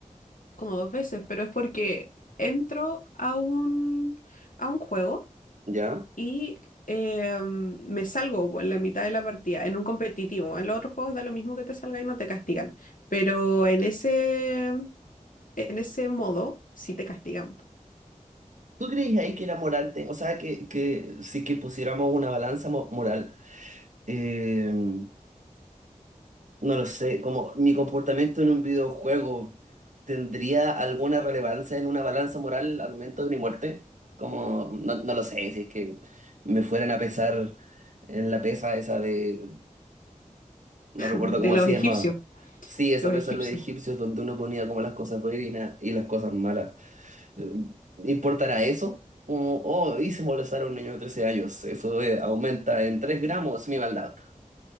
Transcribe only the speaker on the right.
¿Ya?
¿Tú crees ahí que la moral, te- o sea, que, que si que pusiéramos una balanza mo- moral, eh, No lo sé, como mi comportamiento en un videojuego tendría alguna relevancia en una balanza moral al momento de mi muerte, como no, no lo sé, si es que me fueran a pesar en la pesa esa de, no
recuerdo
cómo
se
llamaba. Sí, esa
pesa
de los egipcios donde uno ponía como las cosas buenas y las cosas malas. Eh, ¿Importará eso? Como, oh, hice molestar a un niño de 13 años, eso eh, aumenta en 3 gramos mi maldad.